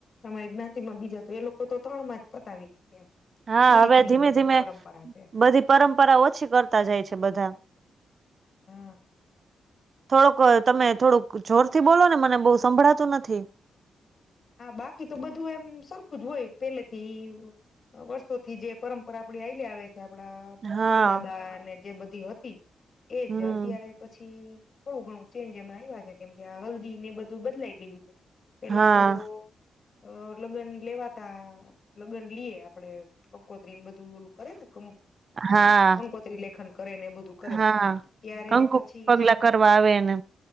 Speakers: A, on the left; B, on the right.
A: અમારી જ્ઞાતિમાં બીજા એ લોકો તો ત્રણમાં જ પતાવી દે એમ,
B: હા
A: ઈ રીતની
B: હવે ધીમે
A: લોકોને
B: ધીમે
A: પરંપરા છે
B: બધી પરંપરા ઓછી કરતા જાય છે બધા,
A: હા
B: થોડુંક
A: બાકી
B: તમે
A: તો
B: થોડુંક જોરથી બોલો ને મને બહુ સંભળાતું નથી
A: બાકી તો બધું એમ સરખું જ પેલેથી વર્ષોથી જે પરંપરા આપડી હાયલી આવે છે. આપડા
B: હા
A: પરદાદા ને જે બધી હતી એજ
B: હમ
A: અત્યારે પછી થોડું ઘણું ચેન્જ એમાં આવ્યા છે કેમ કે આ હલ્દી ને બધું બદલાઈ ગયું છે. પેલા
B: હા
A: તો અ લગ્ન લેવાતા લગ્ન લઈએ આપડે કંકોત્રી ને બધું એલું કરે ને કં
B: હા
A: કંકોત્રી લેખન કરે ને એ બધું કરે
B: હા
A: ત્યારે
B: કંકુ
A: પછી
B: પગલા કરવા આવે ને